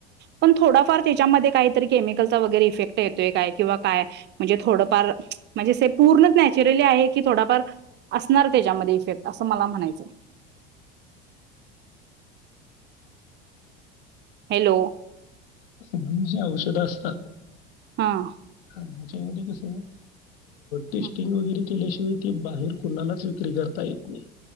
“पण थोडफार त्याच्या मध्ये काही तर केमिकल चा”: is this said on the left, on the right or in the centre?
Right